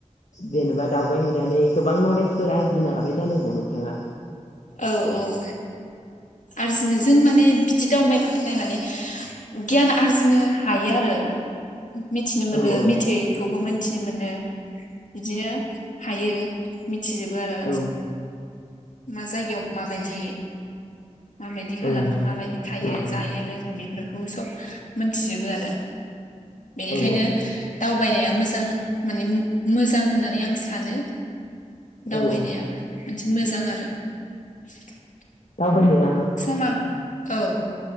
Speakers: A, on the left; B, on the left.
A: जेनेबा दावबायहैनानै गोबां नलेजफोर आरजिनो हाबाय जानांगौ नोंथाङा
B: औ औ आरजिनो जों माने बिदि दावबायब्लााथाय माने गियान आरजिनो हायो आरो मिथिनो मोनो
A: औ औ
B: मिथयैखौबोमोन मिथिनो मोनो बिदिनो हायो थिजोबो आरो
A: औ
B: मा जायगायाव माबायदि माबायदि खालामो
A: औ उम
B: माबायदि थायो
A: उम
B: जायो लोङो बे बेफोरखौ सब मिथिजोबो आरो बेनिखायनो
A: औ
B: दावबायनाया मोजां माने मोजां होननानै होननानै आं सानो दावबायनाया
A: औ औ
B: मोनसे मोजां आरो <inaudible>
A: दाव बोनया <inaudible>
B: मा औ <inaudible>